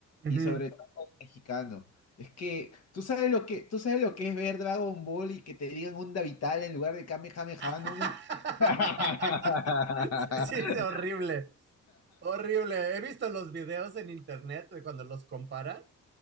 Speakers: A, on the right (about 35°); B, on the left (about 55°).
A: Ujú.
B: y sobre todo el mexicano. Es que tú sabes lo que, tú sabes lo que es ver Dragon Ball y que te digan onda vital en lugar de Kamehameha,
A: <laughs>
B: no me... <laughs>
A: Sí, sí, es horrible, horrible. He visto los videos en internet de cuando los comparan